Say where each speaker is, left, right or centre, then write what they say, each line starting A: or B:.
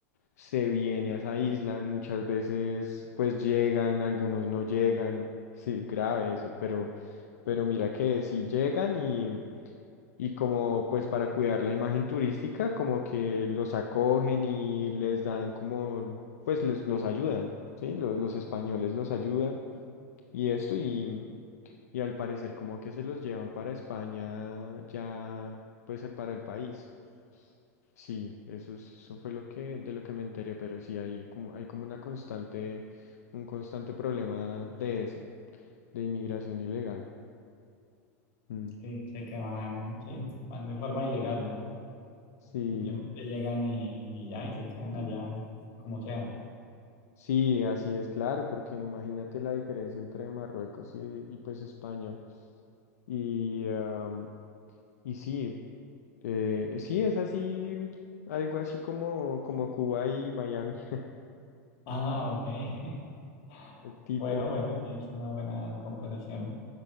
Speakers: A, on the left (about 85°); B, on the left (about 55°).
A: se viene a esa isla y muchas veces pues llegan, algunos no llegan, sí, grave eso, pero, pero mira que sí llegan y, y como pues para cuidar la imagen turística, como que los acogen y les dan como, pues les, los ayudan, ¿sí? Los, los españoles los ayudan y esto y, y al parecer como que se los llevan para España ya pues para el país. Sí, eso, es- eso fue lo que, de lo que me enteré, pero sí hay como, hay como una constante, un constante problema de eso, de inmigración ilegal. Mm.
B: sí, sé que van, sí, van de forma ilegal, ¿no?
A: Sí,
B: Simplemente llegan y, y ya, y se quedan allá como sea.
A: sí, así es, claro, porque imagínate la diferencia entre Marruecos y, y, pues España. Y, am, y sí, eh, sí, es así, algo así como, como Cuba y Miami, <laughs>
B: Ah, ok. <laughs>
A: tipo,
B: Bueno, bueno, sí, es una buena comparación.